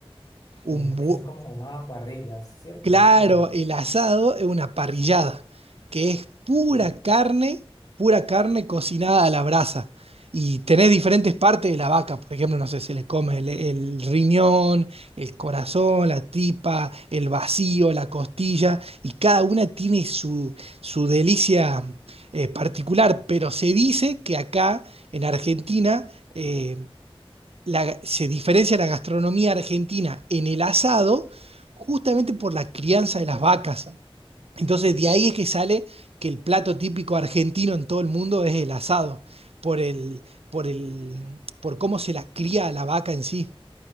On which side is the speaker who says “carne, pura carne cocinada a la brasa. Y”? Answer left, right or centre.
Right